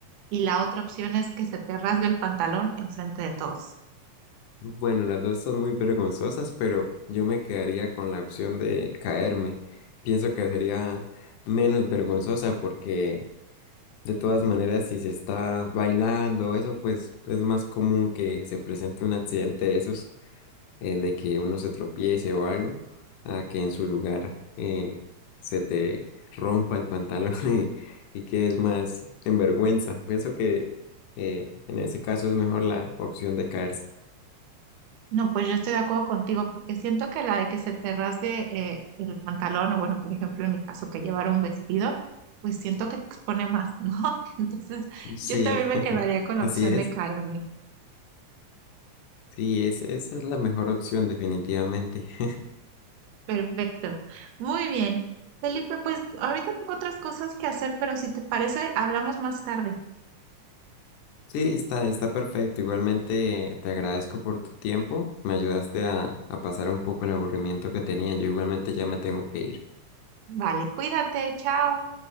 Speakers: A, on the right; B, on the left.
A: y la otra opción es que se te rasgue el pantalón enfrente de todos.
B: Bueno, las dos son muy vergonzosas, pero yo me quedaría con la opción de caerme. Pienso que sería menos vergonzosa porque de todas maneras si se está bailando, eso pues es más común que se presente un accidente de esos, eh, de que uno se tropiece o algo, a que en su lugar eh, se te rompa el pantalón <laughs> y, y quedes más en vergüenza. Pienso que eh, en ese caso es mejor la opción de caerse.
A: No, pues yo estoy de acuerdo contigo porque siento que la de que se te rasgue eh, el pantalón o bueno, por ejemplo, en mi caso que llevar un vestido, pues siento que te expone más, ¿no? <laughs> Entonces,
B: Sí,
A: yo también me
B: <laughs>
A: quedaría con
B: así
A: la opción
B: es.
A: de caerme.
B: Sí, es, esa es la mejor opción definitivamente. <laughs>
A: Perfecto. Muy bien. Felipe, pues ahorita tengo otras cosas que hacer, pero si te parece, hablamos más tarde.
B: Sí, está, está perfecto. Igualmente te agradezco por tu tiempo. Me ayudaste a, a pasar un poco el aburrimiento que tenía. Yo igualmente ya me tengo que ir.
A: Vale, cuídate, chao.